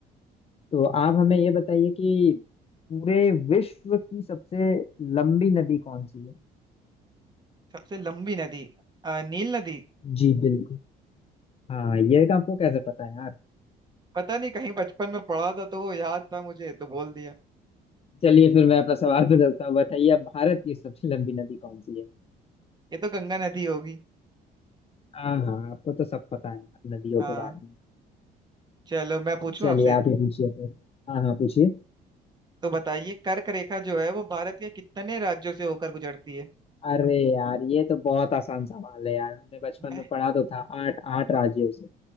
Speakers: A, on the left; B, on the right.
A: तो आप हमें ये बताइए कि पूरे विश्व की सबसे लंबी नदी कौन सी है
B: सबसे लंबी नदी अ, नील नदी
A: जी बिल्कुल हाँ ये आपको कैसे पता है यार
B: पता नहीं कहीं बचपन में पढ़ा था तो वो याद था मुझे तो बोल दिया
A: चलिए फिर मैं अपना सवाल बदलता हूँ बताइए आप भारत की सबसे लंबी नदी कौन सी है
B: ये तो गंगा नदी होगी
A: हाँ हाँ आपको तो सब पता है यार नदियों
B: हाँ
A: के बारे में
B: चलो मैं पूछूं
A: चलिए
B: आपसे
A: आप ही पूछिए फिर हाँ हाँ पूछिए
B: तो बताइए कर्क रेखा जो है वो भारत के कितने राज्यों से होकर गुजरती है
A: अरे यार ये तो बहुत आसान सवाल है यार हमने बचपन
B: <laughs>
A: में पढ़ा तो था आठ आठ राज्यों से